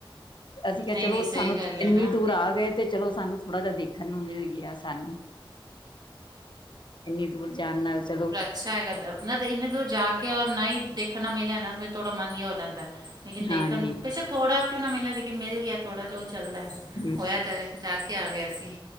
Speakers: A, on the left (about 60°); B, on the right (about 50°).
A: ਅਸੀਂ ਕਿਹਾ,
B: ਨਹੀਂ
A: ਚਲੋ
B: ਨਹੀਂ ਸਹੀ
A: ਸਾਨੂੰ
B: ਗੱਲ ਹੈ
A: ਏਨੀ
B: ਨਾ
A: ਦੂਰ ਆ ਗਏ ਤੇ ਚਲੋ ਸਾਨੂੰ ਥੋੜਾ ਜਿਹਾ ਦੇਖਣ ਨੂੰ ਮਿਲ ਗੇਆ ਸਾਨੂੰ। ਇੰਨੀ ਦੂਰ, ਜਾਨ ਨਾਲ ਚਲੋ।
B: ਅੱਛਾ ਹੈਗਾ, ਓਧਰ ਨਾ ਤੇ ਇੰਨੇ ਦੂਰ ਜਾ ਕੇ ਔਰ ਨਾ ਈ ਦੇਖਨ ਨਾ ਮਿਲਿਆ ਨਾ, ਫੇਰ ਥੋੜਾ ਮਨ ਜੇਹਾ ਹੋ ਜਾਂਦਾ ਐ। ਲੇਕਿਨ ਦੇਖਨ
A: ਹਾਂਜੀ
B: ਬੇਸ਼ੱਕ। ਥੋੜਾ ਕਿਉਂ ਨਾ ਮਿਲੇ, ਲੇਕਿਨ ਮਿਲ ਗਿਆ ਥੋੜ੍ਹਾ ਜੋ ਚੱਲਦਾ ਹੈ।
A: ਹਮ
B: ਹੋਇਆ ਤੇ, ਜਾ ਕੇ ਆ ਗਿਆ ਸੀ।